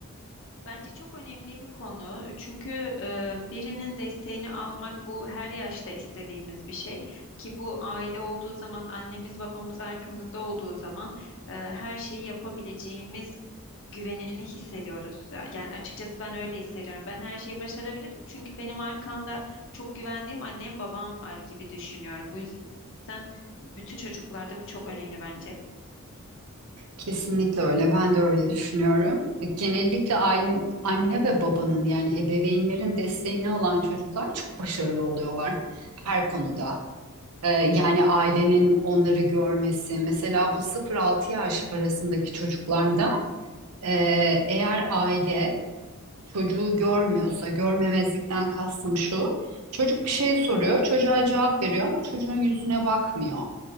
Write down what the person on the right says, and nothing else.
Kesinlikle öyle. Ben de öyle düşünüyorum. Genellikle aile, anne ve babanın yani ebeveynlerin desteğine olan çocuklar çok başarılı oluyorlar her konuda. Ee, yani ailenin onları görmesi. Mesela bu 0-6 yaş arasındaki çocuklarda e, eğer aile çocuğu görmüyorsa, görmemezlikten kastım şu. Çocuk bir şey soruyor, çocuğa cevap veriyor ama çocuğun yüzüne bakmıyor.